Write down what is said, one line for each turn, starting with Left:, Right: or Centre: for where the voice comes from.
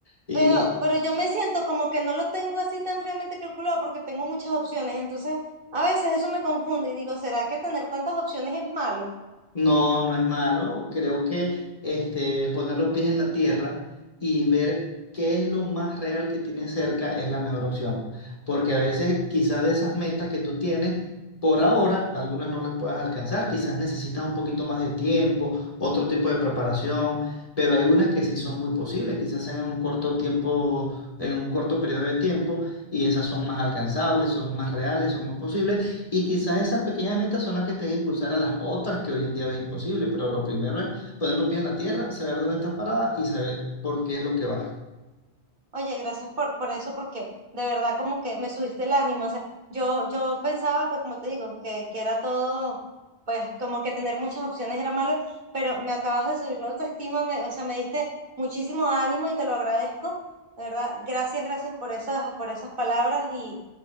Left: Y,
Right: pero, pero yo me siento como que no lo tengo así tan fríamente calculado porque tengo muchas opciones, entonces a veces eso me confunde y digo, ¿será que tener tantas opciones es malo?
Left: No, no es malo. Creo que este, poner los pies en la tierra y ver qué es lo más real que tienes cerca es la mejor opción. Porque a veces quizás de esas metas que tú tienes, por ahora algunas no las puedas alcanzar. Quizás necesitas un poquito más de tiempo, otro tipo de preparación, pero hay unas que sí son muy posibles, quizás en un corto tiempo, en un corto periodo de tiempo, y esas son más alcanzables, son más reales, son más posibles. Y quizás esas pequeñas metas son las que te a impulsar a las otras que hoy en día ves imposible, pero lo primero es poner los pies en la tierra, saber dónde estás parada y saber por qué es lo que vas.
Right: Oye, gracias por, por eso, porque de verdad como que me subiste el ánimo. O sea, yo, yo pensaba, pues como te digo, que, que era todo, pues como que tener muchas opciones era malo, pero me acabas de subir la autoestima, me, o sea, me diste muchísimo ánimo y te lo agradezco. De verdad, gracias, gracias por esas, por esas palabras y,